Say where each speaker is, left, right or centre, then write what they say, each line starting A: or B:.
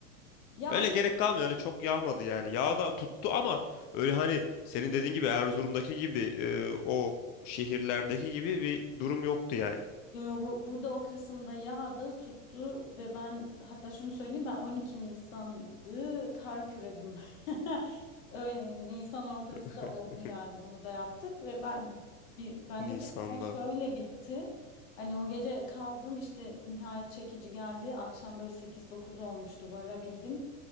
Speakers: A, on the left; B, on the left.
A: Ya
B: Öyle gerek kalmıyor öyle çok yağmadı yani. Yağ da tuttu ama öyle hani senin dediğin gibi Erzurum'daki gibi e, o şehirlerdeki gibi bir durum yoktu yani.
A: Yo, yo, bu, burada o Kasım'da yağdı, tuttu ve ben hatta şunu söyleyeyim ben 12 Nisan'dı kar küredim. <laughs> Öyle Nisan ortası
B: <laughs>
A: da oldu yani onu da yaptık ve ben bi- bende
B: Nisan'da
A: de hikaye şöyle bitti. Hani o gece kaldım işte nihayet çekici geldi. Akşam böyle sekiz dokuz olmuştu varabildim.